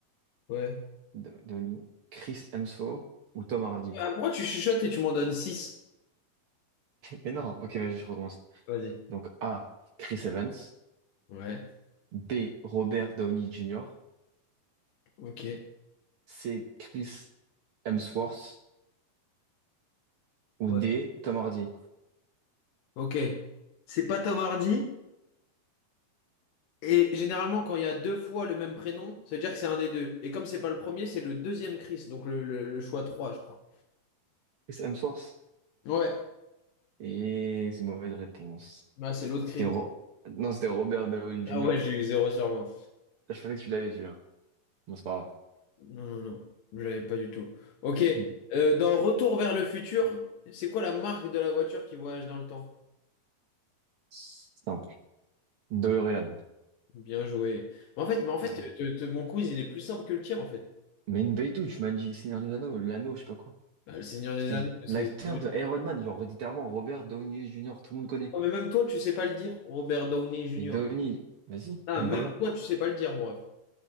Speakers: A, on the left; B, on the right.
A: Ouais.
B: D- Downey, Chris Hemsworth ou Tom Hardy.
A: Ah, pourquoi tu chuchotes et tu m'en donnes six
B: Mais non, ok, vas-y, je recommence.
A: Vas-y.
B: Donc A, Chris Evans.
A: Ouais.
B: B, Robert Downey Junior.
A: Ok.
B: C, Chris Hemsworth. Ou
A: Ouais.
B: D, Tom Hardy.
A: Ok. C'est pas Tom Hardy. Et généralement, quand il y a deux fois le même prénom, ça veut dire que c'est un des deux. Et comme c'est pas le premier, c'est le deuxième Chris. Donc le, le- le choix 3, je crois.
B: Chris Hemsworth.
A: Ouais.
B: Et c'est une mauvaise réponse.
A: Bah, c'est l'autre
B: C'était
A: Chris.
B: Ro- Non, c'était Robert Downey
A: Ah
B: Junior.
A: ouais, j'ai eu zéro sur 20.
B: Ah, Je pensais que tu l'avais, celui-là. Bon, c'est pas
A: Non, non, non. Je l'avais pas du tout. Ok.
B: grave.
A: Euh, dans Retour vers le futur, c'est quoi la marque de la voiture qui voyage dans le temps?
B: Simple. DeLorean.
A: Bien joué. Mais en fait, mais en fait
B: Voilà.
A: te- te- mon quiz, il est plus simple que le tien, en fait.
B: Mais une belle touche, tu m'as dit le Seigneur des Anneaux, l'anneau, je sais pas quoi.
A: Bah, le Seigneur des
B: C'était
A: Anneaux, c'est...
B: l'acteur
A: c'est-
B: de Iron Man, genre littéralement Robert Downey Jr., tout le monde connaît.
A: Oh, mais même toi, tu sais pas le dire, Robert Downey Jr.
B: Mais Downey, vas-y,
A: Ah,
B: <laughs>
A: même
B: Voilà.
A: toi, tu sais pas le dire, mon ref.